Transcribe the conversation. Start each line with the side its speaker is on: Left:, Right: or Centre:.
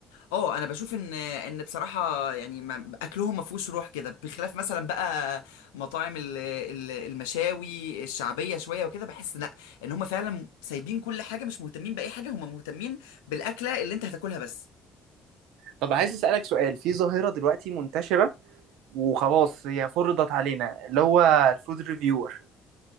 Left: اه انا بشوف ان ان بصراحه يعني ما- اكلهم ما فيهوش روح كده بخلاف مثلا بقى مطاعم ال- ال- المشاوي الشعبيه شويه وكده بحس لا ان هم فعلا سايبين كل حاجه مش مهتمين باي حاجه هم مهتمين بالاكله اللي انت هتاكلها بس
Right: طب عايز اسالك سؤال في ظاهره دلوقتي منتشره وخلاص هي فرضت علينا اللي هو الفود ريفيور